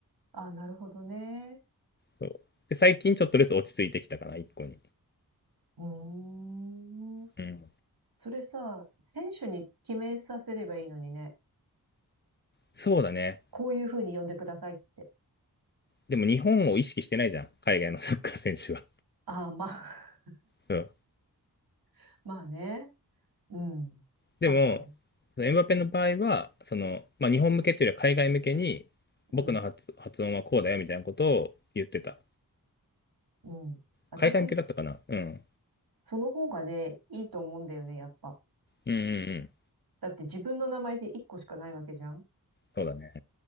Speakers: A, on the right (about 75°); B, on the left (about 30°).
A: あ、なるほどね。
B: そう。で、最近ちょっとずつ落ち着いてきたかな、一個に。
A: うーん。
B: うん。
A: それさ、選手に決めさせればいいのにね。
B: そうだね。
A: こういうふうに呼んでくださいって。
B: でも日本を意識してないじゃん、海外のサッカー選手は。
A: ああ、まあ、
B: <laughs> そう。
A: <laughs> まあね。うん。
B: でも、
A: 確かに。
B: エムバペの場合は、その、まあ、日本向けというよりは海外向けに、
A: うん。
B: 僕の発、発音はこうだよみたいなことを言ってた。
A: うん。私、
B: 海外向けだったかなうん。
A: その方がね、いいと思うんだよね、やっぱ。
B: うんうんうん。
A: だって自分の名前で一個しかないわけじゃん。
B: そうだね。